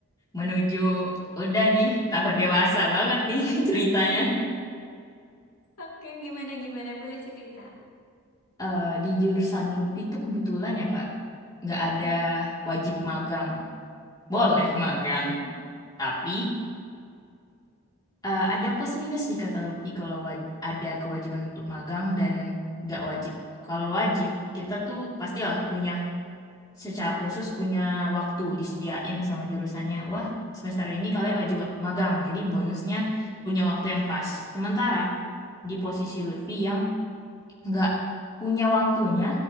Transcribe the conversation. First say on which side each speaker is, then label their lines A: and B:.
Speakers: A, on the left; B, on the left.
A: menuju udah nih tahun dewasa banget nih <laughs> ceritanya.
B: Oke, gimana gimana boleh cerita.
A: Eh, di jurusan lutfi itu kebetulan ya Kak, nggak ada
B: Mm-mm.
A: wajib magang. Boleh magang,
B: Hmm.
A: tapi eh, ada plus minus nih kata LUPI kalau waj- ada kewajiban untuk magang dan nggak wajib. Kalau wajib, kita tuh pastilah punya secara khusus punya waktu disediain sama jurusannya. Wah, semester ini kalian wajib magang. Jadi bonusnya punya waktu yang pas. Sementara di posisi Lutfi yang nggak punya waktunya,